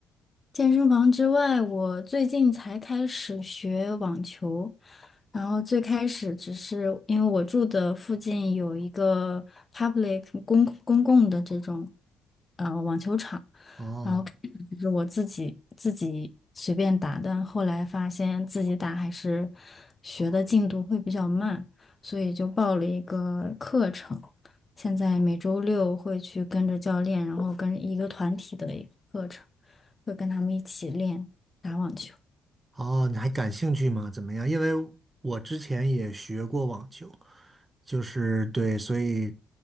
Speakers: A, on the left; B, on the right.
A: 健身房之外，我最近才开始学网球，然后最开始只是因为我住的附近有一个 public 公公共的这种呃网球场，
B: 哦
A: 然后开始就是我自己自己随便打，但后来发现自己打还是学的进度会比较慢，所以就报了一个课程，现在每周六会去跟着教练，然后跟一个团体的一个课程。会跟他们一起练打网球。
B: 哦，你还感兴趣吗？怎么样？因为我之前也学过网球，就是对，所以